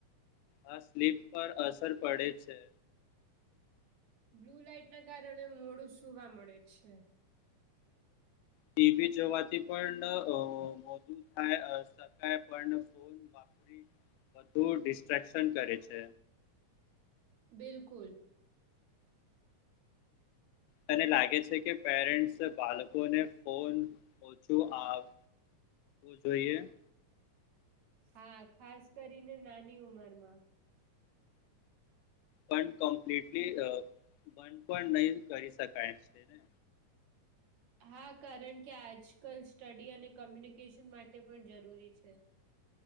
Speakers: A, on the left (about 90°); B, on the right (about 65°).
A: આ સ્લીપ પર અસર પડે છે.
B: બ્લુ લાઈટ ના કારણે મોડું સુવા મળે છે.
A: ટીવી જવાથી પણ <unintelligible> ક પણ ફોન વાપરી વધુ ડિસ્ટ્રક્શન કરે છે.
B: બિલકુલ.
A: તને લાગે છે, કે પેરેન્ટ્સ બાળકોને ફોન <unintelligible> જોઈએ.
B: હા ખાસ કરીને નાની ઉંમર માં.
A: પણ કમ્પ્લીટલી બંધ પણ નહી કરી શકાય છે, ને.
B: હા કારણ કે આજ કલ સ્ટડી અને કમ્યુનિકેશન માટે પણ જરૂરી છે.